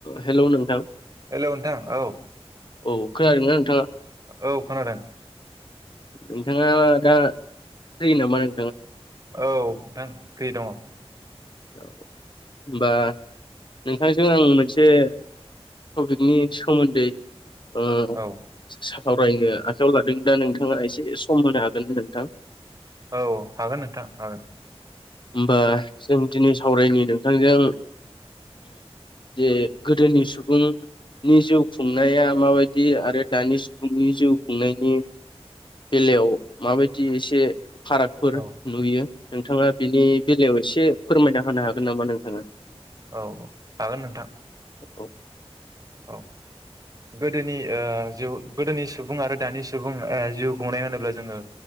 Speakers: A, on the left (about 50°); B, on the right (about 35°).
A: हेल' नोंथां।
B: हेल' नोंथां औ।
A: औ खोनादों ना
B: औ खोनादों।
A: नोंथाङा दा फ्रि नामा नों
B: औ नोंथां फ्रि दङ।
A: होनबा नोंथांजों आं मोनसे टपिकनि सोमोन्दै ओम
B: औ
A: सा सावरायनो आखायाव लादों दा नोंथाङा एसे सम होनो हागोन नोंथां?
B: औ हागोन नोंथां हागोन।
A: होमबा जों दिनै सावरायनि नोंथांजों जे गोदोनि जे सुबुंनि जिउ खुंनाया माबायदि आरो दानि सुबुंनि जिउ खुंनायनि बेलायाव माबायदि एसे फारागफोर
B: औ
A: नुयो। नोंथाङा बिनि बेलायाव एसे फोरमायना होनो हागोन नामा नोंथाङा?
B: औ औ हागोन नोंथां।
A: औ
B: औ गोदोनि ओ जिउ गोदोनि सुबुं आरो दानि सुबुं ओ जिउ खुंनाय होनोब्ला जोङो